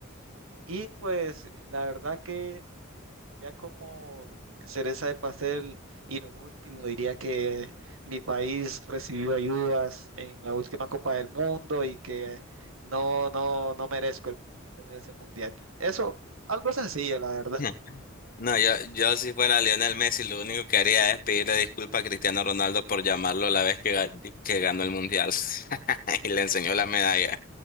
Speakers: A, on the right; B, on the left.
A: Y pues la verdad que Ya como cereza del pastel y lo último, diría que mi país recibió ayudas en la última Copa del Mundo y que no, no, no merezco tener ese mundial. Eso, algo sencillo, la verdad.
B: <laughs> No, yo, yo si fuera Lionel Messi, lo único que haría es pedirle disculpas a Cristiano Ronaldo por llamarlo la vez que, ga- que ganó el Mundial <laughs> y le enseñó la medalla.